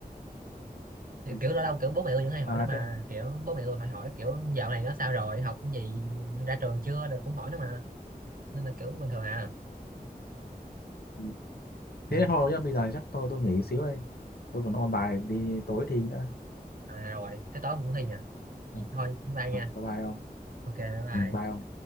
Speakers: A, on the right (about 60°); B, on the left (about 80°).
A: kiểu
B: Ừ.
A: kiểu lâu lâu kiểu bố mẹ tôi vẫn hay hỏi
B: à,
A: nó mà
B: thế
A: kiểu bố mẹ tôi hỏi hỏi kiểu dạo này nó sao rồi học cái gì ra trường chưa rồi cũng hỏi nó mà nên là kiểu bình thường à
B: ừ.
A: ừ.
B: thế thôi nhá bây giờ chắc tôi tôi nghỉ xíu đây tôi còn ôn bài đi tối thì đã
A: à rồi thế tối cũng thi à vậy
B: Ừ.
A: thôi bye nha
B: bye bye ông
A: ok bye
B: ừ, bye ông